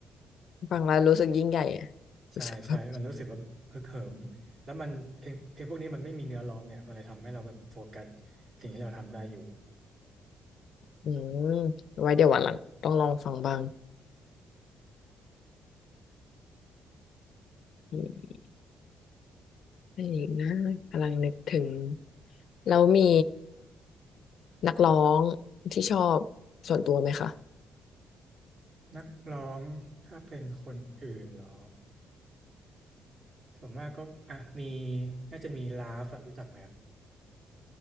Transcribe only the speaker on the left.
ฟังแล้วรู้สึกยิ่งใหญ่อะ
รู้สึกแบบ
อืมไว้เดี๋ยววันหลังต้องลองฟังบ้างอืมอะไรอีกนะกำลังนึกถึงแล้วมีนักร้องที่ชอบส่วนตัวไหมคะ